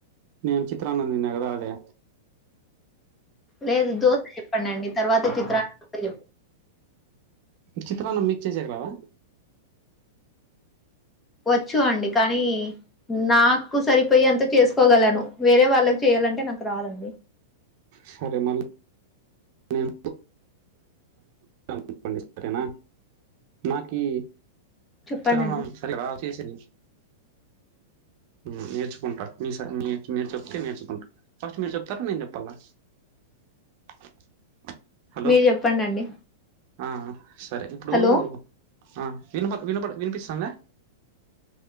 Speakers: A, on the right; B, on the left.
A: నేను చిత్రానం తిన్న కదా అదా
B: లేదు దోశ చెప్పండి అండి తర్వాత చిత్రా గురించి చెప్
A: చిత్రాన్న మిక్ చేసేకి రాద
B: వచ్చు అండి కానీ నాకు సరిపోయి అంత చేసుకోగలను వేరే వాళ్ళకి చేయ లంటే నాకు రాదండి
A: సరే మళ్ళీ మేము చెప్పండి సరేనా నాకి
B: చెప్పండి
A: త్రాన్నం
B: అండి
A: సరిగా రాదు చేసేకి ఊ నేర్చుకుంటా మీ స మీరు చెప్తే నేర్చుకుంటా ఫస్ట్ మీరు చెప్తారా నేను చెప్పాలా <unintelligible> హలో
B: మీరు చెప్పండి అండి
A: ఆ సరే ఇప్పుడు
B: హలో
A: ఆ వినపడ వినపడ వినిపిస్తాంద